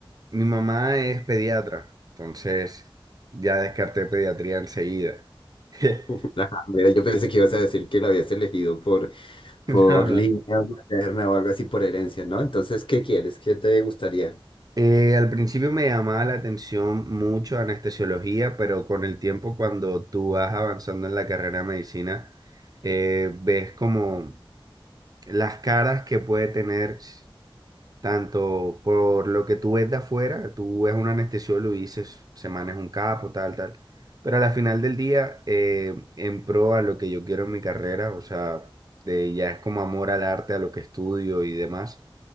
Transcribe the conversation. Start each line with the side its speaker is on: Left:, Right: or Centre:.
Right: mi mamá es pediatra, entonces ya descarté pediatría enseguida. <laughs>
Left: <laughs> Ajá, mira, yo pensé que ibas a decir que lo habías elegido por, por
Right: No, no.
Left: línea materna o algo así por herencia, ¿no? Entonces, ¿qué quieres? ¿Qué te gustaría?
Right: Eh, al principio me llamaba la atención mucho anestesiología, pero con el tiempo cuando tú vas avanzando en la carrera de medicina, eh, ves como las caras que puede tener tanto por lo que tú ves de afuera, tú ves a un anestesiólogo y dices, se maneja un capo, tal, tal. Pero a la final del día, eh, en pro a lo que yo quiero en mi carrera, o sea, de- ya es como amor al arte, a lo que estudio y demás,